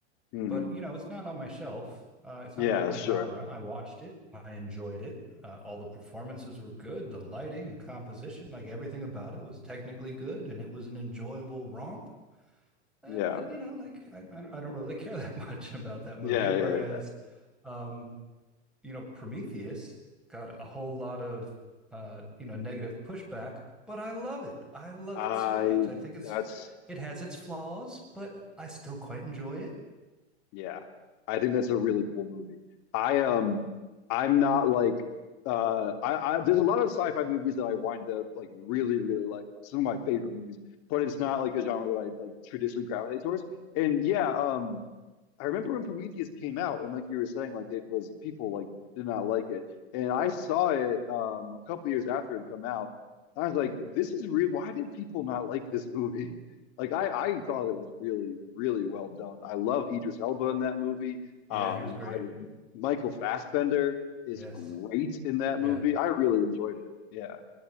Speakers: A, on the left; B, in the centre.
A: hmm
B: but you know, it's not on my shelf. Uh, it's
A: Yeah,
B: not really my
A: sure.
B: genre. I watched it. I enjoyed it. Uh, all the performances were good. The lighting and composition, like everything about it, was technically good, and it was an enjoyable romp. Uh,
A: Yeah,
B: but you know, like I, I don't I don't really <laughs> care that much <laughs> about that movie.
A: yeah,
B: Whereas,
A: yeah, yeah.
B: um, you know, Prometheus got a whole lot of uh, you know, negative pushback, but I love it. I love
A: I
B: it so much. I think it's
A: that's
B: it has its flaws, but I still quite enjoy it.
A: Yeah. I think that's a really cool movie. I um I'm not like uh I, I there's a lot of sci-fi movies that I wind up like really, really like. Some of my favorite movies, but it's not like a genre that I like traditionally gravitate towards. And yeah, um I remember when Prometheus came out and like you were saying, like it was people like did not like it. And I saw it um a couple years after it had come out. I was like, this is real. Why did people not like this movie? Like I, I thought it was really, really well done. I love Idris Elba in that movie.
B: Yeah,
A: Um,
B: he was great.
A: I Michael Fassbender is
B: Yes.
A: great in that
B: Yeah.
A: movie. I really enjoyed it. Yeah.